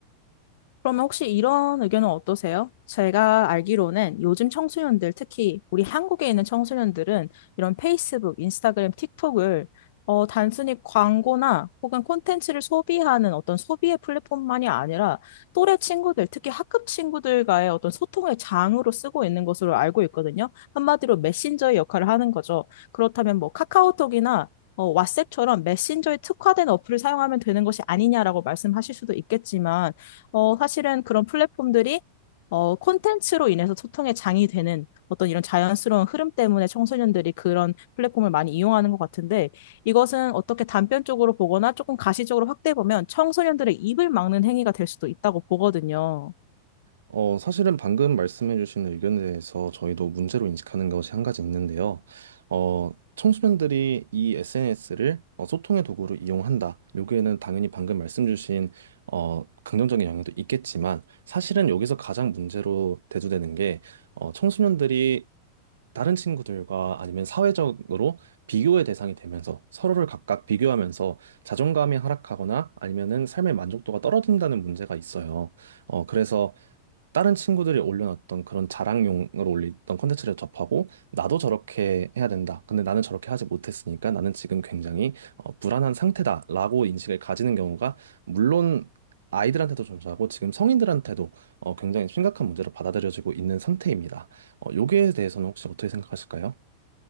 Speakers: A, on the left; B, on the right.
A: 그러면 혹시 이런 의견은 어떠세요? 제가 알기로는 요즘 청소년들, 특히 우리 한국에 있는 청소년들은 이런 페이스북, 인스타그램, 틱톡을 어, 단순히 광고나 혹은 콘텐츠를 소비하는 어떤 소비의 플랫폼만이 아니라 또래 친구들, 특히 학급 친구들과의 어떤 소통의 장으로 쓰고 있는 것으로 알고 있거든요. 한마디로 메신저의 역할을 하는 거죠. 그렇다면 뭐 카카오톡이나 어, 왓츠앱처럼 메신저에 특화된 어플을 사용하면 되는 것이 아니냐라고 말씀하실 수도 있겠지만 어, 사실은 그런 플랫폼들이 어, 콘텐츠로 인해서 소통의 장이 되는 어떤 이런 자연스러운 흐름 때문에 청소년들이 그런 플랫폼을 많이 이용하는 것 같은데 이것은 어떻게 단편적으로 보거나 조금 가시적으로 확대해 보면 청소년들의 입을 막는 행위가 될 수도 있다고 보거든요.
B: 어, 사실은 방금 말씀해주신 의견에 대해서 저희도 문제로 인식하는 것이 한 가지 있는데요. 어, 청소년들이 이 SNS를 소통의 도구로 이용한다. 여기에는 당연히 방금 말씀 주신 어, 긍정적인 영향도 있겠지만 사실은 여기서 가장 문제로 대두되는 게 어, 청소년들이 다른 친구들과 아니면 사회적으로 비교의 대상이 되면서 서로를 각각 비교하면서 자존감이 하락하거나 아니면은 삶의 만족도가 떨어진다는 문제가 있어요. 어, 그래서 다른 친구들이 올려놨던 그런 자랑용으로 올렸던 콘텐츠를 접하고 나도 저렇게 해야 된다. 근데 나는 저렇게 하지 못했으니까 나는 지금 굉장히 어, 불안한 상태다라고 인식을 가지는 경우가 물론 아이들한테도 존재하고 지금 성인들한테도 어, 굉장히 심각한 문제로 받아들여지고 있는 상태입니다. 어, 여기에 대해서는 혹시 어떻게 생각하실까요?